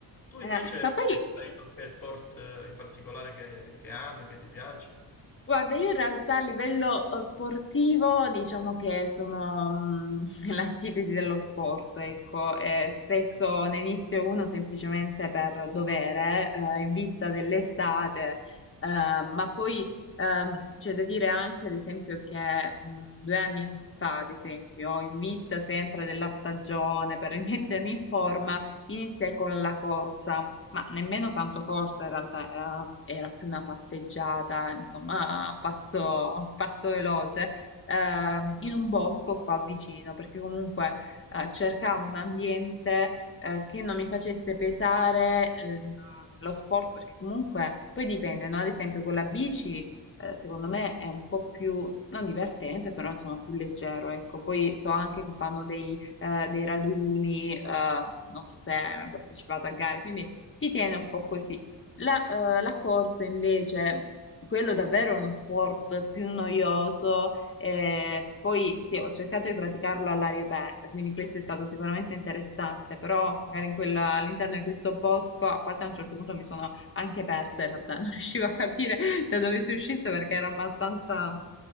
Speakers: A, on the left (about 45°); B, on the left (about 25°).
A: Tu invece
B: Eh, ma poi
A: fai qualche sport eh, in particolare che, che ami, che ti piace?
B: Guarda, io in realtà a livello eh, sportivo diciamo che sono mm, <laughs> l'antitesi dello sport, ecco, e spesso ne inizio uno semplicemente per dovere, eh, in vista dell'estate, eh, ma poi ehm, c'è da dire anche, ad esempio, che mm, due anni fa, ad esempio, in vista sempre della stagione, per rimettermi in forma, iniziai con la corsa ma nemmeno tanto corsa in realtà, era, era più una passeggiata, insomma, passo, passo veloce, eh, in un bosco qua vicino, perché comunque eh, cercavo un ambiente eh, che non mi facesse pesare ehm, lo sport, perché comunque poi dipende, no? Ad esempio con la bici eh, secondo me è un po' più, non divertente, però insomma più leggero, ecco. Poi so anche che fanno dei, eh, dei raduni, eh, non so se hai mai partecipato a gare, quindi ti tiene un po' così. La, eh, la corsa invece, quello davvero è uno sport più noioso. eh, poi sì, ho cercato di praticarlo all'aria aperta, quindi questo è stato sicuramente interessante, però magari in quella- all'interno di questo bosco, a parte a un certo punto mi sono anche persa in realtà, <laughs> non riuscivo a capire da dove si uscisse perché era abbastanza